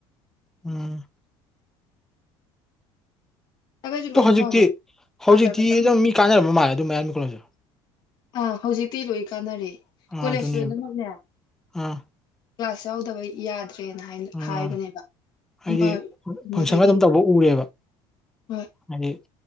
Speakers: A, in the centre; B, on the left.
A: ꯎꯝ
B: ꯆꯠꯂꯒꯁꯨ
A: ꯇꯣ
B: ꯂꯣꯏ
A: ꯍꯧꯖꯤꯛꯇꯤ
B: ꯐꯕ ꯁꯥꯇ꯭ꯔ
A: ꯍꯧꯖꯤꯛꯇꯤ
B: ꯈꯛꯇꯪ
A: ꯑꯗꯨꯝ ꯃꯤ ꯀꯥꯟꯅꯔꯝꯕ ꯃꯥꯜꯂꯦ ꯑꯗꯨꯝ ꯃꯌꯥꯏ ꯂꯝꯕꯤ ꯀꯣꯜꯂꯦꯁꯇꯣ
B: ꯑꯥ ꯍꯧꯖꯤꯛꯇꯤ ꯂꯣꯏ ꯀꯥꯟꯅꯔꯦ
A: ꯑꯥ
B: ꯀꯣꯂꯦꯖ
A: ꯑꯗꯨꯅꯦꯕ
B: ꯂꯣꯏꯅꯃꯛꯅꯦ
A: ꯑꯥ
B: ꯀ꯭ꯂꯥꯁ ꯌꯥꯎꯗꯕ ꯌꯥꯗ꯭ꯔꯦꯅ
A: ꯑꯥ
B: ꯍꯥꯏꯕꯅꯦꯕ
A: ꯍꯥꯏꯗꯤ
B: ꯑꯃ ꯀꯩꯅꯣꯗꯒꯤ
A: ꯐꯪꯁꯟꯒ ꯑꯗꯨꯝ ꯇꯧꯕ ꯎꯔꯦꯕ
B: ꯍꯣꯏ
A: ꯍꯥꯏꯗꯤ